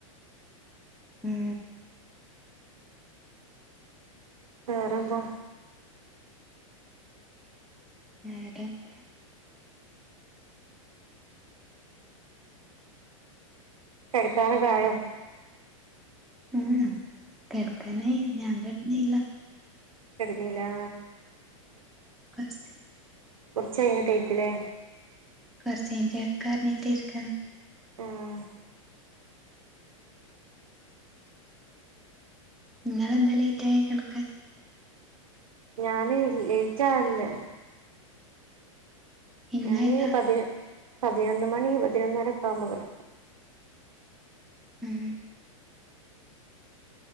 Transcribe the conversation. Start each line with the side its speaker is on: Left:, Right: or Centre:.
Centre: ഉം
Right: വേറെന്താ
Centre: വേറെന്താ
Right: കെടക്കാനോക്കെ ആയോ
Centre: ഉം ഉം കെടക്കാനായി ഞാൻ കെട്ന്നീല്ല
Right: കെട്ന്നീലാ
Centre: കൊറ്ച്ച്
Right: കൊറ്ച്ചയ്ഞ്ഞ്ട്ടേക്കു ലെ
Centre: കൊറ്ച്ച് <inaudible>
Right: ഏഹ്
Centre: ഇങ്ങളെന്താ ലേറ്റായി കെട്ക്കാൻ
Right: ഞാന് ലേറ്റ് ആഹ്ന്ല്ല
Centre: ഇന്നേതാ
Right: ഞാന് പതി പതിനൊന്ന് മണി പതിനൊന്നര ഒക്കെ ആകുമ്പോ കെട
Centre: ഉം